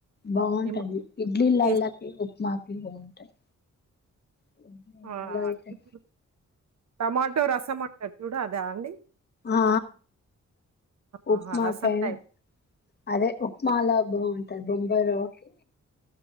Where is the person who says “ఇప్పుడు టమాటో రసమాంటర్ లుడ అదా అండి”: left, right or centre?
Right